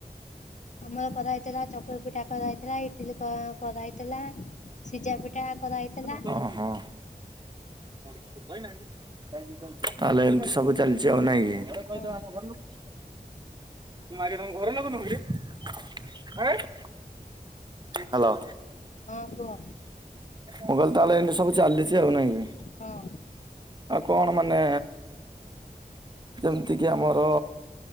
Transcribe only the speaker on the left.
ଆମର କରାହେଇଥିଲା ଚକୁଳି ପିଠା କରାହେଇଥିଲା ଇଡିଲି କ କରାହେଇଥିଲା। ସିଜା ପିଠା କରାହେଇଥିଲା
ହଁ
ହଁ କୁହ?
ହଁ।